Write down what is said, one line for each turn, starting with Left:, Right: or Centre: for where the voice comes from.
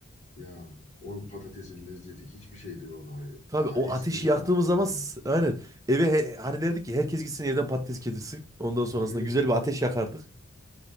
Left: Ya o patatesin lezzeti hiçbir şeyde yok abi.
Right: <laughs> Tabii
Left: Ya
Right: o
Left: eski
Right: ateşi
Left: zaman
Right: yaktığımız
Left: var
Right: zaman
Left: ya.
Right: s- aynen eve he- hani derdik ki herkes gitsin evden patates getirsin. Ondan sonrasında
Left: Tabii
Right: güzel bir ateş yakardık.